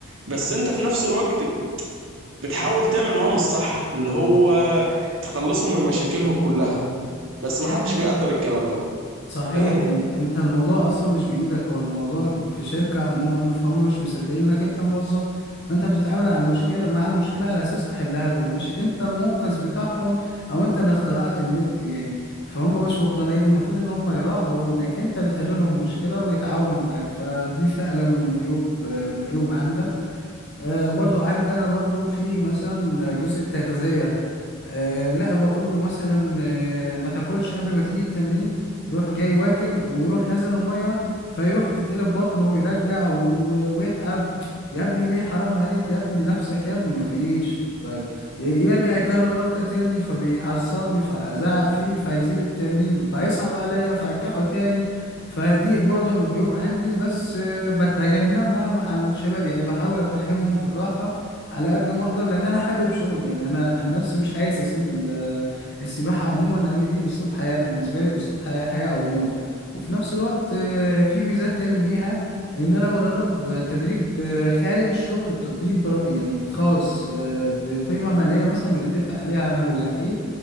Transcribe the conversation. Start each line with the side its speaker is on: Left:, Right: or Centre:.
Right: بس انت في نفس الوقت بتحاول تعمل معاهم الصح اللي هو تخلصهم من مشاكلهم كلها بس محدش بيقدر الكلام ده
Left: صحيح
Right: فاهم
Left: انت الموضوع اصلا مش بايدك هو الموضوع في شركة عموما فهم مش مصدقين انك انت موظف فانت بتتعامل على المشكلة مع المشكلة على اساس تحلها لهم مش انت المنقذ بتاعهم او انت اللي اخترعت النت يعني فهم مش مقتنعين المفروض ان هم يراعوا انك انت بتحل لهم مشكلة ويتعاونوا معاك فدي فعلا من عيوب من العيوب عندك آه، برضو عندنا برضو في مثلا جزء التغذية آه، لا بقول له مثلا آه، ما تاكلش قبل ما تيجي التمرين يروح جاي واكل ويروح نازل المية فيروح تتقلب بطنه ويرجع و- و- ويتعب يا ابني ليه حرام عليك يا ابني نفسك يا ابني مفيش طيب ي- يرجع يكرر غلطة تاني فبيعصبني فأزعق فيه فيسيب التمرين فيصعب عليا فرجعه تاني فدي برضو من العيوب عندي بس بتجنبها مع الشباب يعني بحاول افهمهم بالراحه على قد ما اقدر لان انا حابب شغلي يعني انا عن نفسي مش عايز اسيب ال- السباحه عموما لان دي اسلوب حياه انا بالنسبه لي اسلوب حياه حياه او موت وفي نفس الوقت آه، في ميزات تاني ليها ان انا بدرب آه، تدريب آه، خارج الشغل التدريب بر- يعني خاص آه، بقيمه ماليه مثلا بنتفق عليها انا واللعيب